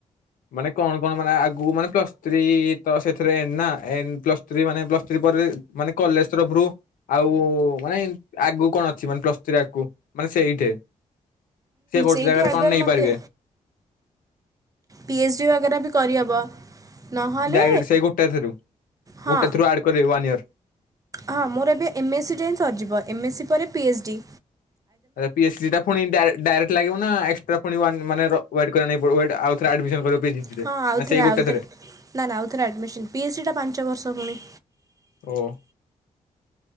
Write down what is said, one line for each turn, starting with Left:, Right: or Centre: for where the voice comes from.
Left: ମାନେ କଣ କଣ ମାନେ ଆଗକୁ ମାନେ ପ୍ଲସ୍ ଥ୍ରୀ ତ ସେଥିରେ ନା ପ୍ଲସ୍ ଫ୍ରି ମାନେ ପ୍ଲସ୍ ଥ୍ରୀ ପରେ ମାନେ କଲେଜ ତରଫରୁ ଆଉ ମାନେ ଆଗକୁ କଣ ଅଛି ମାନେ ପ୍ଲସ୍ ଥ୍ରୀ ଆଗକୁ ମାନେ ସେଇଠି? ସେ ଗୋଟେ
Right: ସେଇଠି
Left: ଜାଗାରେ
Right: ଆଗର
Left: କଣ ନେଇପାରିବେ?
Right: ମୋତେ ପି ଏଚ୍ ଡ଼ି ବଗେରା ବି କରିହେବ। ନହଲେ
Left: ଡାଇରେକ୍ଟ ସେଇ ଗୋଟେ ଥ୍ରୁ
Right: ହଁ
Left: ଗୋଟେ ଥ୍ରୁ ଆଡ୍ କରିବେ ୱାନ୍ ଇୟର।
Right: ହଁ ମୋର ଏବେ ଏମ୍ ଏସ୍ ସି ଟା ହିଁ ସରିଯିବ ଏମ୍ ଏସ୍ ସି ପରେ P H D.
Left: P H D ଟା ପୁଣି ଡାଇରେକ୍ଟ ଲାଗିବ ନା ଏକ୍ସଟ୍ରା ପୁଣି ୱାନ ମାନେ ୱଏଟ କରିବାନାଗି ପଡ଼ିବ ଆଉଥରେ ଆଡମିସନ୍ କରିବ ଡି ରେ
Right: ହଁ ଆଉଥରେ
Left: ନା ସେଇ ଗୋଟେ
Right: ଆଉଥରେ
Left: ଥରେ?
Right: ନା ନା ଆଉଥରେ ଆଡ଼ମିସନ୍ ପି ଏଚ୍ ଡି ଟା ପାଞ୍ଚ ବର୍ଷ ପୁଣି।
Left: ଓଃ।